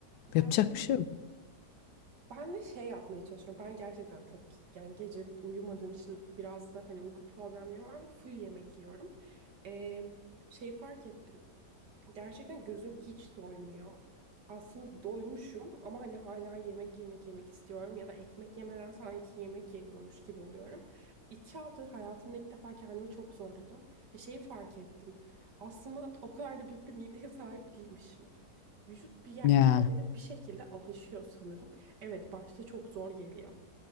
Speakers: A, on the right; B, on the left.
A: Yani
B: Yapacak bir şey yok.
A: ben de şey yapmaya çalışıyorum. Ben gerçekten çok yani gece uyumadığım için biraz da hani uyku problemlerim var ve full yemek yiyorum. Ee, şey fark ettim. Gerçekten gözüm hiç doymuyor. Aslında doymuşum ama hani hala yemek yemek yemek istiyorum ya da ekmek yemeden sanki yemek yemiyormuş gibi oluyorum. İki haftadır hayatımda ilk defa kendimi çok zorladım ve şeyi fark ettim. Aslında o kadar da büyük bir mideye sahip değilmişim. Vücut bir, yer-
B: Ya
A: bir şeylere bir şekilde alışıyor sanırım. Evet başta çok zor geliyor.